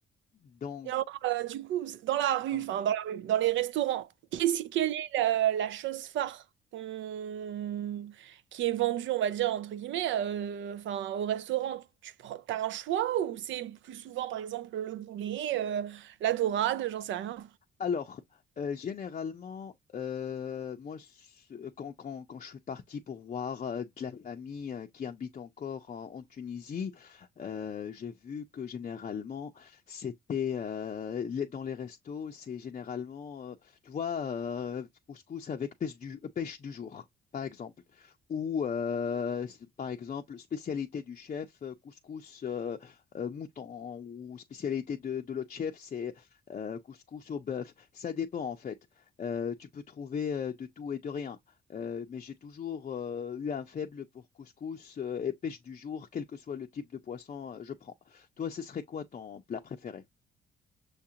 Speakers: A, on the left; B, on the right.
A: Donc,
B: Et alors, euh, du coup, c- dans la rue,
A: hein,
B: enfin dans la rue, dans les restaurants, qu'est-ce- quelle est la, la chose phare qu'on- qui est vendue, on va dire, entre guillemets, euh, enfin au restaurant, tu prends, t'as un choix ou c'est plus souvent, par exemple, le poulet, euh, la dorade, j'en sais rien.
A: Alors, euh, généralement, euh, moi, ce- quand, quand- quand je suis parti pour voir euh, de la famille euh, qui habite encore en, en Tunisie, euh, j'ai vu que généralement, c'était euh, les- dans les restos, c'est généralement, euh, tu vois, euh, couscous avec pêche du, euh, pêche du jour, par exemple. Ou, euh, c'est- par exemple, spécialité du chef, euh, couscous euh, euh, mouton, ou spécialité de, de l'autre chef, c'est euh, couscous au bœuf. Ça dépend en fait. Euh, tu peux trouver euh, de tout et de rien. Euh, mais j'ai toujours euh, eu un faible pour couscous euh, et pêche du jour, quel que soit le type de poisson, euh, je prends. Toi, ce serait quoi ton plat préféré?